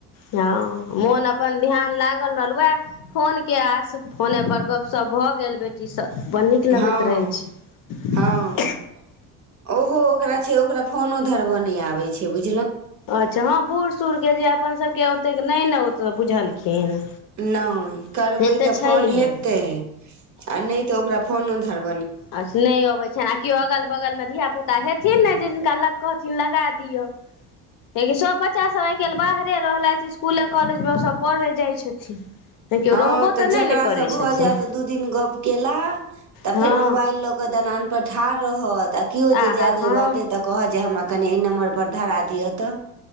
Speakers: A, on the left (about 50°); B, on the right (about 40°).
A: हँ मोन अपन ध्यान लागल रहल वएह फोन के आस फोने पर गप्प शप्प भऽ गेल बेटीसं बड नीक लगैत
B: हँ
A: रहै छै
B: हँ ओहो ओकरा छै ओकरा फोनो धरब' नहि आबै छै बुझ
A: अच्छा हँ बूढ़ सूढ़ के जे अपन सबके ओतेक नहि ने ओ बुझलखिन
B: नहि करबै
A: से
B: तऽ
A: छैहे
B: फोन हेतै आ नहि तऽ ओकरा फोनो धर
A: आ से नहि अबै छै ने आ किओ अगल बगलमे धिया पुता हेथिन ने जे जिनका ल कहथिन लगा दिअ लियेकि सभ बच्चासभ आइ काल्हि बाहरे रहलथि इसकुले कॉलेजमे ओसभ पढ़ै जाइत छथिन तऽ केओ
B: हँ
A: रहबो
B: तऽ जकरासँ
A: नहि ने करै
B: भऽ
A: छथिन
B: जायत दू दिन गप्प केलि तऽ
A: हँ
B: फेर मोबाइल लऽ क दनान पर ठाढ़ रहत आ कियो जे
A: आहा
B: जायत
A: हँ
B: ओही बाटे कहत जे हमरा कनी ऐ नम्बर पर धरा दिय तऽ